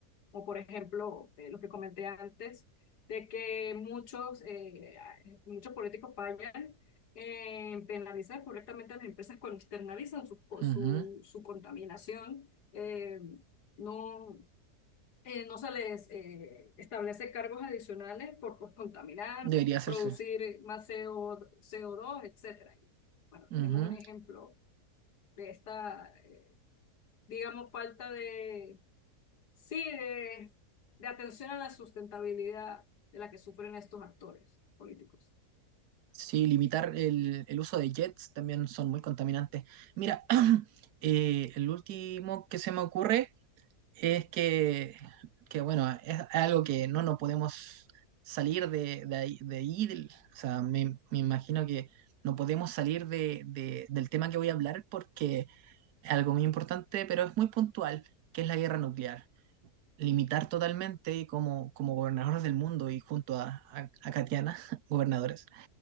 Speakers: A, on the left; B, on the right.
A: O por ejemplo, eh, lo que comenté antes, de que muchos, eh, muchos políticos fallan en penalizar correctamente a las empresas cuando externalizan su, co-
B: Ujú,
A: su, su contaminación. eh, no, eh, no se les eh, establece cargos adicionales por pues, contaminar,
B: Debería hacerse.
A: producir más CO, co dos etcétera. Y, Bueno,
B: Ujú.
A: tenemos un ejemplo de esta, eh, digamos, falta de, sí, de, de atención a la sustentabilidad de la que sufren estos actores políticos.
B: Sí, limitar el, el uso de jets también son muy contaminantes. Mira, <clears throat> eh, el último que se me ocurre es que, que, bueno, es algo que no nos podemos salir de, de ahí. de ahí, del- o sea, me, me imagino que no podemos salir de, de- del tema que voy a hablar porque es algo muy importante, pero es muy puntual, que es la guerra nuclear. limitar totalmente y como, como gobernadores del mundo y junto a, a, a Katiana, <laughs> gobernadores,